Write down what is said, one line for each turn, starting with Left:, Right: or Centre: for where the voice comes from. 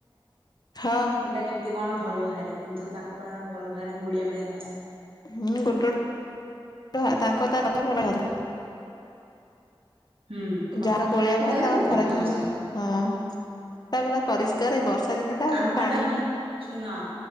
Left: ହଁ।
Right: କେମତି କଣ ଭଲ ଭାରେ କିନ୍ତୁ ତାଙ୍କ ପାଣି ଉଡ଼ା ଭଲ ଭାରେଁ ଗୁଳିଆ ମୁଳିଆ ଭାରେ।
Left: ହୁଁ ଗୋଟ ଏହା ତାଙ୍କ ତା ଅନ୍ୟ ଭଲ ୟାଦୁ
Right: ହୁଁ ଖ
Left: ଯାହାର ଗୋଳିଆ
Right: ଖରାଦିନେ
Left: ବାହାରେ ତାଙ୍କର
Right: ଭଲ
Left: ଖରା
Right: ପାଣି
Left: ଦିନରେ
Right: ସମସ୍ତଙ୍କର।
Left: ଭଲ। ହଁ। ତା ପୁରା ପରିଷ୍କାରେ ଏଇ ବର୍ଷା ଦିନ ଟା
Right: ଆମ
Left: ସେ
Right: ପାଣିଟା
Left: ପାଣି
Right: ଭଲ୍ୟୁମ ଶୁଣ।